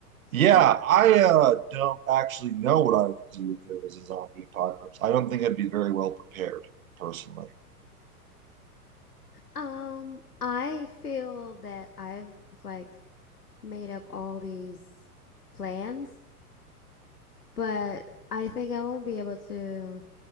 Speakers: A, on the left; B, on the right.
A: So,
B: Yeah, I uh, don't actually know what I would do if there was a zombie apocalypse. I don't think I'd be very well prepared, personally.
A: um, I feel that I've like made up all these plans, but I think I won't be able to